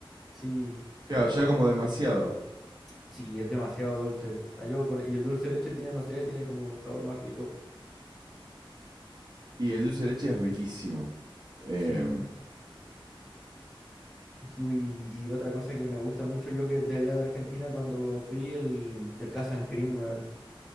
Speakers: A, in the centre; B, on the right.
A: Sí,
B: Claro, ya como demasiado.
A: sí, es demasiado dulce. Ah, yo por- Y el dulce de leche tiene, no sé, tiene como un sabor más rico.
B: Y el dulce de leche es riquísimo. Em,
A: Sí. Y, uy, y otra cosa que me gusta mucho, yo que de allá de Argentina, cuando fui el, el Casa and Cream, weón.